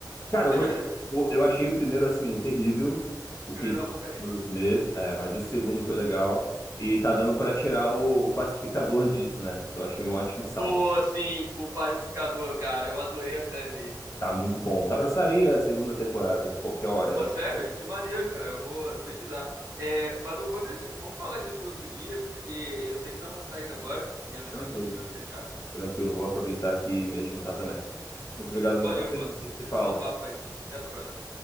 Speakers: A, on the left; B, on the right.
A: cara, eu
B: <laughs>
A: gostei. O- Eu achei o primeiro, assim, terrível, o
B: Primeiro
A: que
B: é uma porcaria.
A: o Will Smith, é, mas esse segundo foi legal. E tá dando pra tirar o, o pacificador disso, né? Eu achei um ótimo saldo.
B: Pô, sim, o Pacificador, cara. Eu adorei a série dele.
A: Tá muito bom. Tá pra sair a segunda temporada, qualquer hora,
B: Pô,
A: hein?
B: sério? Que maneiro, cara. Eu vou pesquisar. É, mas eu vou deixar. Vamos falar disso no outro dia, porque eu tenho que dar uma saída agora. E a minha
A: Tranquilo,
B: mãe tá pedindo pra eu ir no mercado.
A: tranquilo. Vou aproveitar aqui e me adiantar também. Muito obrigado,
B: Valeu,
A: meu parceiro.
B: mano.
A: A gente se fala.
B: Bom papo aí. Até a próxima.